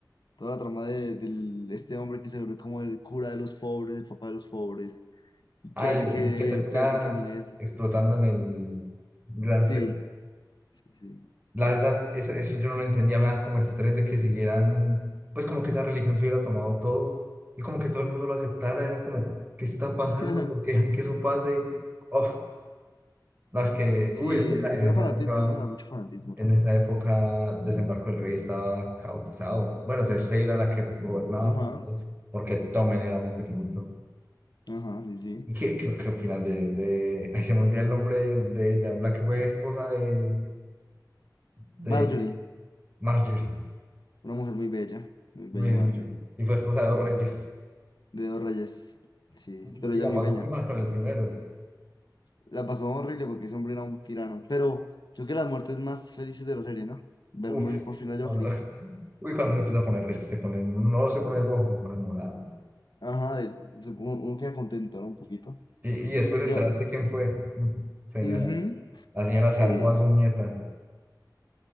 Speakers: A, on the left; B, on the right.
A: Toda la trama de, del- este hombre que se vuelve como el cura de los pobres, el papá de los pobres, y
B: Ah,
A: que hace
B: el,
A: que
B: el que terminas
A: Cersei camine. des-
B: explotando en el Gran
A: Sí,
B: Sept.
A: sí, sí.
B: La verdad, eso, eso yo no lo entendía, me da como estrés de que siguieran, pues como que esa religión se hubiera tomado todo y como que todo el mundo lo aceptara, era como, ¿qué está pasando?
A: <laughs>
B: ¿Por qué dejan que eso pase? Uf, No, es que,
A: Sí,
B: uy, es que esa-
A: pues
B: en
A: era
B: esa
A: fanatismo,
B: época,
A: ¿no? Era mucho fanatismo
B: en
A: también.
B: esa época Desembarco del Rey estaba caotizado. Bueno, Cersei era la que gobernaba,
A: Ajá.
B: porque Tommen era muy pequeñito.
A: Ajá, sí, sí.
B: ¿Y qué, qué, qué opinas de, de... Ay, se me olvida el nombre de, de ella, la que fue esposa de, de
A: Marjorie,
B: Marjorie.
A: una mujer muy bella, muy
B: Muy
A: bella
B: bien.
A: Marjorie.
B: Y fue esposa de dos reyes.
A: De dos reyes, sí,
B: Y,
A: pero
B: y
A: ella
B: la
A: muy
B: pasó
A: bella.
B: muy mal con el primero.
A: La pasó horrible porque ese hombre era un tirano, pero yo creo que las muertes más felices de la serie, ¿no? Ver
B: Uf,
A: morir por fin a Joffrey.
B: cuando, uy, cuando se empieza a poner, es que se pone, no se pone rojo, se pone morado.
A: Ajá, de- se- uno, uno queda contento, ¿no? Un poquito.
B: Y, y después de
A: Tío,
B: enterarse quién fue. mm, Señora.
A: ujú,
B: La señora
A: Sí,
B: salvó a su nieta.